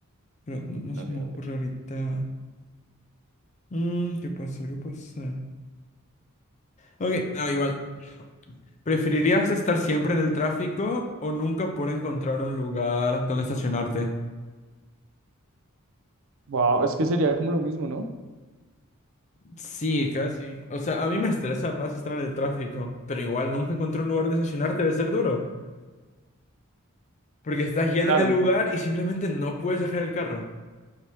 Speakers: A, on the left; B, on the right.
A: pero no se
B: Dale,
A: me
B: dale.
A: ocurre ahorita. Mm, ¿qué puede ser? ¿Qué puede ser? Ok, no, igual. ¿Preferirías estar siempre en el tráfico o nunca poder encontrar un lugar donde estacionarte?
B: Wow, es que sería como lo mismo, ¿no?
A: Sí, casi. O sea, a mí me estresa más estar en el tráfico, pero igual nunca encontrar un lugar donde estacionarte debe ser duro. Porque estás guiando
B: Claro,
A: en el lugar y simplemente no puedes dejar el carro.